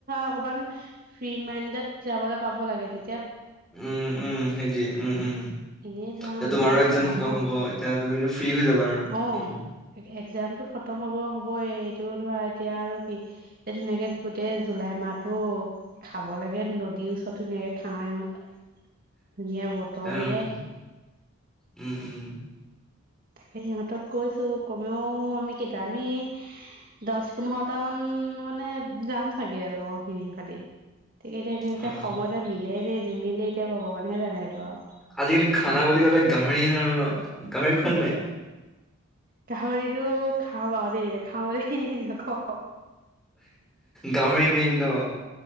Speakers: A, on the right; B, in the centre.
A: অকমান, ফ্ৰী মাইণ্ডেড যাবলৈ পাব লাগে তেতি।
B: উম উম সেইটোৱে উম উম,
A: এনেই ধৰা
B: এ
A: এইবিলাক
B: তোমাৰো এক্জাম
A: কামত
B: খতম হ'ব এতিয়া তুমি। ফ্ৰী হৈ যাবা আৰু
A: অ
B: উম।
A: এক্জামটো খতম হব হবই এইটো ধৰা এতিয়া আৰু, কি এ ধুনীয়াকে গোটেই জুলাই মাহতটো খাব লাগে নদীৰ ওচৰত ধুনীয়াকে। খানা ইমান, ধুনীয়া বতৰ
B: উম,
A: দিয়ে।
B: উম, উম,
A: তাকে সিহঁতক কৈছো কমেও আমি কেইটা আমি দহ পোন্ধৰটামান মানে যাম চাগে লগৰ খিনি হতি <unintelligible>
B: অ'।
A: নিমিলে এতিয়া ভগৱানে হে জানে সেইটো আৰু
B: আজিকালি খানা বুলি ক'লে গাহৰিয়ে আৰু ন গাহৰি খোৱা নে নাই?
A: গাহৰিটো খাওঁ বাৰু দেই নেখাওঁ বুলি নকওঁ
B: গাহৰি মেইন ন?